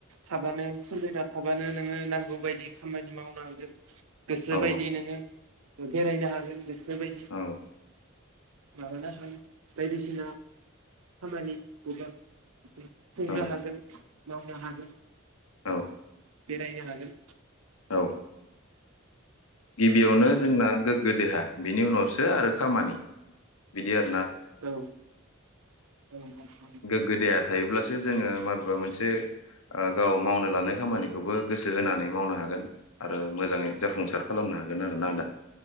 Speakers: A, on the right; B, on the left.
A: थाबानो सोलिना थाबानो नोङो नांगौ बायदि खामानि मावनो हागोन। गोसो
B: औ
A: बायदि नोङो बेरायनो हागोन। गोसो बायदि
B: औ
A: मानोना <unintelligible> बायदिसिना खामानि <inaudible> <inaudible>
B: औ
A: मावनो हागोन
B: औ
A: बेरायनो हागोन
B: औ गिबियावनो जोंना गोग्गो देहा बिनि उनावसो आरो खामानि बिदि आरो ।
A: औ- औ
B: गोगो देहा थायोब अब्लासो जोङो माबेबा मोनसे ओ गाव मावनो लानाय खामानिखौबो गोसो होनानै मावनो हागोन आरो मोजाङै जाफुंसार खालामनो हागोन आरोना आदा